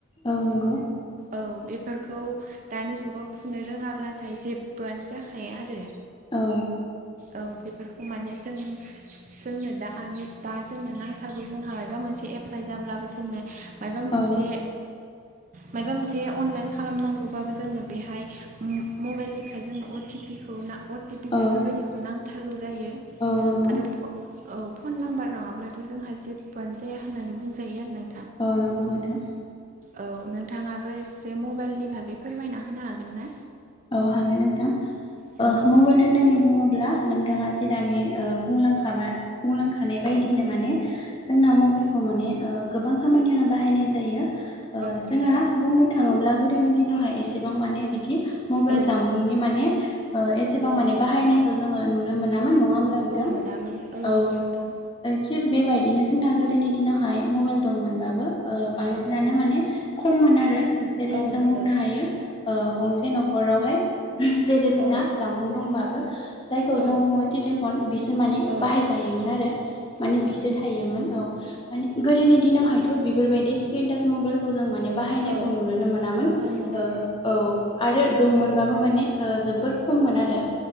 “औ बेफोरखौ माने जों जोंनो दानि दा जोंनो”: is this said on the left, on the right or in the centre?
Right